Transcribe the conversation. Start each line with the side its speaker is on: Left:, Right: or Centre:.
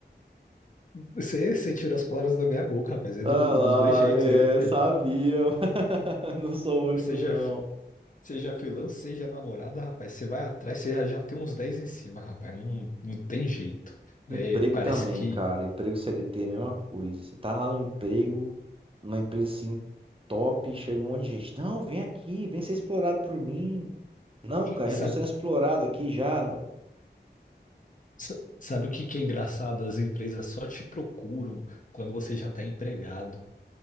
Left: você, você tirou as palavras da minha boca, rapaz. É
Right: Ah
Left: do- dos dois jeitos.
Right: lá, é,
Left: É, é-
Right: sabia, <laughs> mas não sou o único
Left: seja,
Right: não.
Left: seja freelance, seja namorada, rapaz. Você vai atrás, você já, já tem uns 10 em cima, rapaz. Não, não tem jeito.
Right: Emprego
Left: É, parece
Right: também,
Left: que.
Right: cara. Emprego CLT é a mesma coisa. Você tá lá no emprego, numa empresa assim top, chega um monte de gente. Não, vem aqui, vem ser explorado por mim. Não, cara,
Left: Sabe,
Right: já tô sendo explorado aqui já. Não-
Left: sa- sabe o que que é engraçado? As empresas só te procuram quando você já tá empregado.